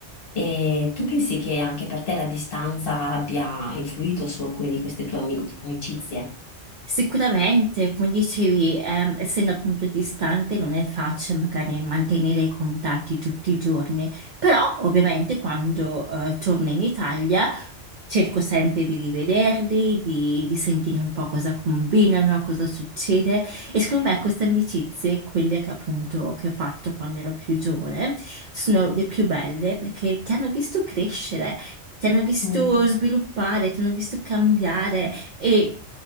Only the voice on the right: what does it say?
Sicuramente, come dicevi, ehm, essendo appunto distante non è facile magari mantenere i contatti tutti i giorni, però ovviamente quando eh, torno in Italia cerco sempre di rivederli, di, di sentire un po' cosa combinano, cosa succede e secondo me queste amicizie, quelle che appunto che ho fatto quando ero più giovane, sono le più belle perché ti hanno visto crescere, ti hanno visto
sviluppare, ti hanno visto cambiare. E